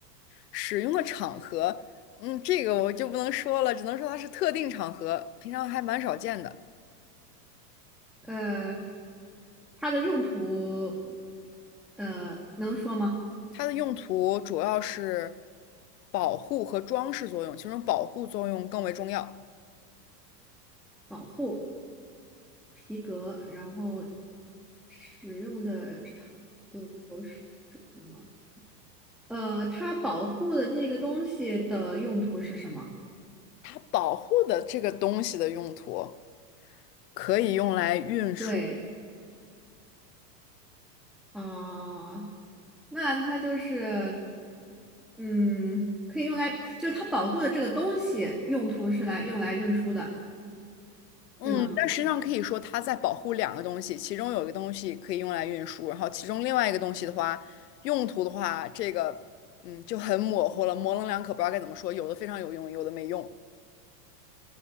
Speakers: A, on the left; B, in the centre.
A: 使用的场合，嗯，这个我就不能说了，只能说它是特定场合，平常还蛮少见的。
B: 呃，它的用途，呃，能说吗？
A: 它的用途主要是保护和装饰作用，其中保护作用更为重要。
B: 保护皮革，然后使用的场合是什么？呃，它保护的这个东西的用途是什么？
A: 它保护的这个东西的用途可以用来运输，
B: 对，啊、那它就是，嗯，可以用来，就是它保护的这个东西用途是来用来运输的，
A: 嗯，
B: 对吗？
A: 但实际上可以说它在保护两个东西，其中有一个东西可以用来运输，然后其中另外一个东西的话，用途的话，这个嗯就很模糊了，模棱两可，不知道该怎么说，有的非常有用，有的没用。